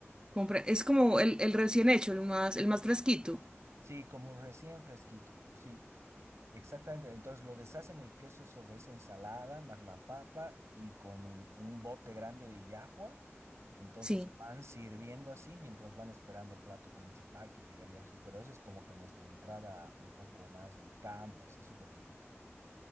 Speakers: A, on the right; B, on the right.
A: Compra- es como el, el recién hecho, el más, el más fresquito.
B: Sí, como recién fresquito, sí. Exactamente, entonces lo deshacen el queso sobre esa ensalada, más la papa y con un bote grande de llajua. Entonces
A: Sí,
B: se van sirviendo así mientras van esperando el plato principal que llegaría así, pero esa es como que nuestra entrada un poco más del campo, así súper típica.